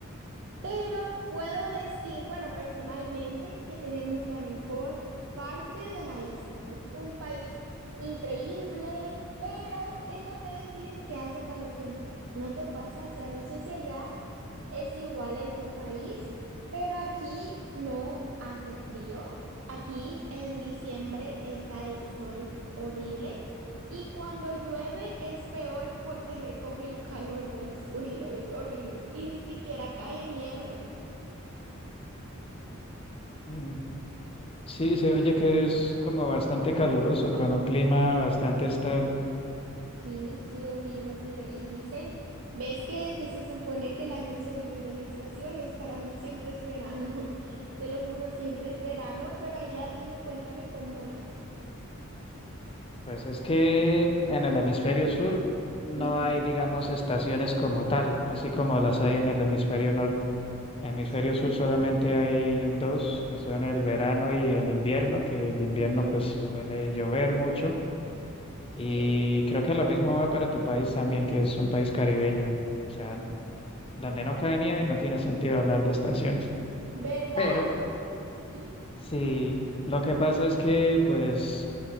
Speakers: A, on the right; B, on the left.
A: Pero puedo decir, bueno, personalmente, que tenemos la mejor parte de la isla. Es un país increíble, pero tengo que decir que hace calor siempre. ¿No te pasa? O sea, no sé si allá es igual en tu país, pero aquí no hace frío. Aquí en diciembre está el sol horrible. Y cuando llueve es peor porque recoge el calor del suelo, es horrible. Y ni siquiera cae nieve.
B: Mm, Sí, se oye que es como bastante caluroso, con un clima bastante estable.
A: Sí, sí, horrible, horrible. Y dicen, ¿ves que, que se supone que el año se divide en estaciones? Para mí siempre es verano, <laughs> te lo juro, siempre es verano, pero allá dime, cuéntame cómo es.
B: Pues es que en el hemisferio sur no
A: Ujú,
B: hay, digamos, estaciones como tal, así como las hay en el hemisferio norte. Hemisferio
A: Sí,
B: sur solamente hay dos, que son el verano y el invierno, que el invierno
A: ujú,
B: pues suele llover mucho.
A: sí,
B: Y creo que lo mismo va para tu país también, que es un país caribeño. O sea, donde no cae nieve no tiene sentido hablar de estaciones.
A: ¿verdad?
B: Pero
A: <laughs>
B: sí, lo que pasa es que pues